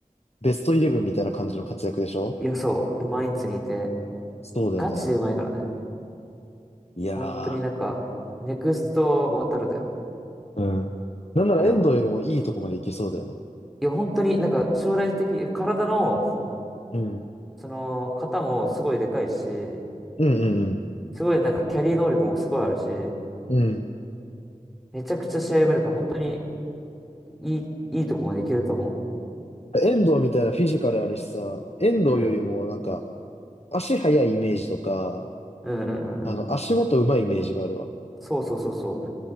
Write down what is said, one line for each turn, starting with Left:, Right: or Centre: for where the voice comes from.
Left: ベストイレブンみたいな感じの活躍でしょ
Centre: いや、そう。で毎日にいて、
Left: そうだよね。
Centre: ガチでうまいからね。
Left: いや
Centre: 本当になんか、ネクスト渡るだよ。
Left: ー、うん。なんなら遠藤よりもいいとこまでいけそうだよね。
Centre: 彼は。いや、本当になんか、将来的に、体の、
Left: うん。
Centre: その、型もすごいでかいし、
Left: うんうん
Centre: すごいなんか、キャリー能力もすごいあるし、
Left: うん。うん。
Centre: めちゃくちゃ試合読めるから、本当に、いい、いいとこまでいけると思
Left: 遠藤みたいなフィジカルあるしさ、遠藤よりもなんか、
Centre: う。うん。
Left: 足速いイメージとか、
Centre: うんうんうんうん。
Left: あの、足元上手いイメージがあるわ。
Centre: そうそうそうそう。